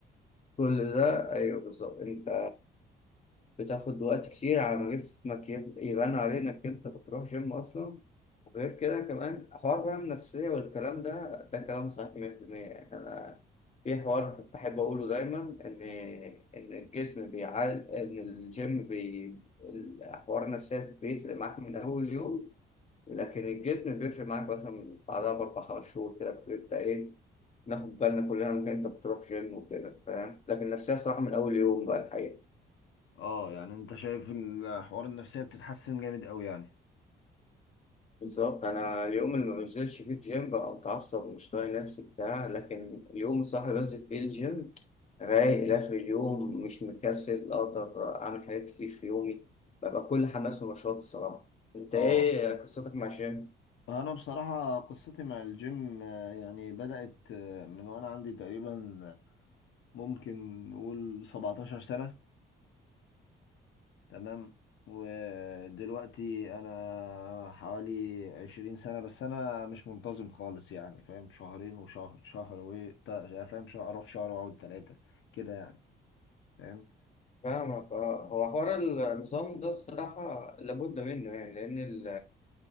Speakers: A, on the left; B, on the left.
A: كل ده أيوه بالظبط أنت بتاخد وقت كتير على ما جسمك يب- يبان عليه إنك أنت بتروح جيم أصلا غير كده كمان حوار بقى النفسية والكلام ده ده كلام صحيح 100% يعني أنا في حوار بحب أقوله دايما إن إن الجسم بيعال إن الجيم بي الحوار النفسية بيفرق معاك من أول يوم لكن الجسم بيفرق معاك مثلا بعدها بأربع خمس شهور كده بتبقى إيه ناخد بالنا كلنا إنك أنت بتروح جيم وكده فاهم لكن النفسية صراحة من أول يوم بقى الحقيقة
B: اه يعني انت شايف الحوار النفسية بتتحسن جامد قوي يعني
A: بالظبط انا اليوم اللي ما بنزلش فيه الجيم بقى متعصب ومش طايق نفسي بتاع لكن اليوم الصح اللي بنزل فيه الجيم رايق لاخر اليوم مش مكسل اقدر اعمل حاجات كتير في يومي ببقى كل حماس ونشاط الصراحه انت
B: اه
A: ايه قصتك مع الجيم
B: انا بصراحة قصتي مع الجيم آه، يعني بدأت آه، من وانا عندي تقريبا ممكن نقول 17 سنة تمام ودلوقتي انا حوالي 20 سنة بس انا مش منتظم خالص يعني فاهم شهرين وشهر شهر و تا- فاهم شهر اروح شهر واقعد ثلاثة كده يعني فاهم
A: فاهمك اه هو حوار النظام ده الصراحه لابد منه يعني لان ال-